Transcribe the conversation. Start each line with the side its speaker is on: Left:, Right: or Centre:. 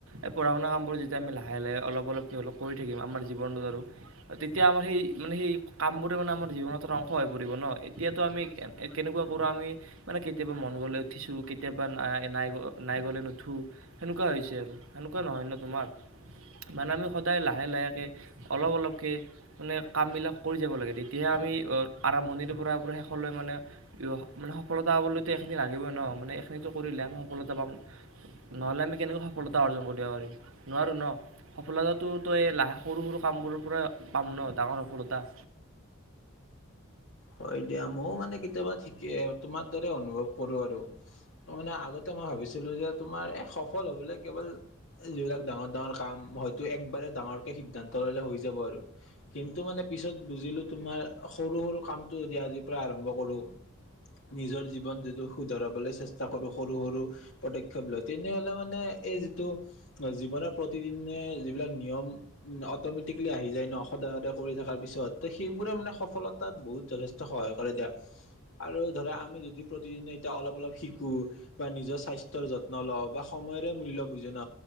Right: এই পঢ়া শুনা কামবোৰ যেতিয়া লাহে লাহে অলপ অলপকে হ'লো কৰি থাকিম আমাৰ জীৱনটোত আৰু তেতিয়া আমাৰ সেই মানে সেই কামবোৰে মানে আমাৰ জীৱনত অংশ হৈ পৰিব ন এতিয়াতো আমি কেনেকোৱা কৰো আমি মানে কেতিয়াবা মন গলৈ উঠিছো কেতিয়াবা ন নাই নাই গলে নুঠো সেনেকোৱা হৈছে আৰু সেনেকোৱা নহয় ন তোমাৰ মানে আমি সদায় লাহে লাহেকে অলপ অলপকে মানে কামবিলাক কৰি যাব লাগে তেতিয়াহে আমি আৰম্ভণিটোৰ পৰা শেষলৈ মানে মানে সফলতা পাবলৈতো এইখিনি লাগিবই ন মানে এইখিনিতো কৰিলে আমি সফলতা পাম নহ'লে আমি কেনেকৈ সফলতা অৰ্জন কৰিব পাৰিম, নোৱাৰোঁ ন'। সফলতাটো তই লাহে সৰু সৰু কামবোৰৰ পৰা পাম ন ডাঙৰ সফলতা।
Left: হয়, দিয়া ময়ো মানে কেতিয়াবা ঠিকে তোমাৰ দৰে অনুভৱ কৰোঁ আৰু। ত' মানে আগতে মই ভাবিছিলোঁ যে তোমাৰ এই সফল হ'বলৈ কেৱল যিবিলাক ডাঙৰ-ডাঙৰ কাম, হয়তো একবাৰে ডাঙৰকে সিদ্ধান্ত ল'লে হৈ যাব আৰু। কিন্তু মানে পিছত বুজিলোঁ তোমাৰ সৰু সৰু কামটো আজিৰ পৰা আৰম্ভ কৰোঁ। নিজৰ জীৱন যিটো শুধৰাবলৈ চেষ্টা কৰোঁ সৰু সৰু। পদক্ষেপ লয়, তেনেহ'লে মানে এই যিটো চোৱা জীৱনৰ প্ৰতিদিনে যিবিলাক নিয়ম উ অটমেটিকেলি আহি যায় ন সদায় সদায় কৰি থকাৰ পিছত ত সেইবোৰে মানে সফলতাত বহুত যথেষ্ট সহায় কৰে দিয়া আৰু ধৰা আমি যদি প্ৰতিদিনে এতিয়া অলপ অলপ শিকো বা নিজৰ স্বাস্থ্য যত্ন লও বা সময়ৰে মূল্য বুজে ন